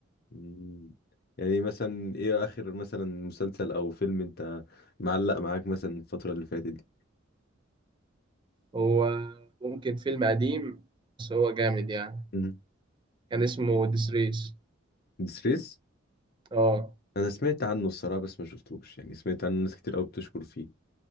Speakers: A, on the left (about 50°); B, on the right (about 25°).
A: مم. يعني مثلا ايه اخر مثلا مسلسل او فيلم انت معلق معاك مثلا الفترة اللي فاتت دي
B: هو ممكن فيلم قديم بس هو جامد يعني
A: مم.
B: كان اسمه ديسريس
A: ديسريس
B: اه
A: انا سمعت عنه الصراحة بس ما شفتوش يعني سمعت عنه ناس كتير قوي بتشكر فيه